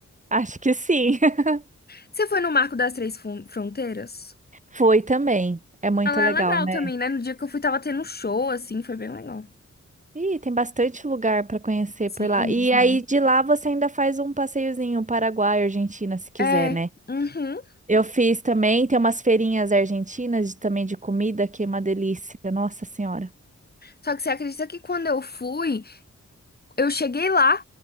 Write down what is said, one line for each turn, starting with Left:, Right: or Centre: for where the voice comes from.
Right: Acho que sim. <laughs>
Left: Você foi no Marco das Três Fron- Fronteiras?
Right: Foi também. É muito
Left: Ela
Right: legal,
Left: é legal
Right: né?
Left: também, né? No dia que eu fui, tava tendo um show, assim, foi bem legal.
Right: Ih, tem bastante lugar para conhecer
Left: Sim,
Right: por lá. E
Left: demais.
Right: aí de lá você ainda faz um passeiozinho Paraguai, Argentina, se quiser,
Left: É,
Right: né?
Left: uhum.
Right: Eu fiz também, tem umas feirinhas argentinas de- também de comida, que é uma delícia. Nossa Senhora.
Left: Só que você acredita que quando eu fui, Eu cheguei lá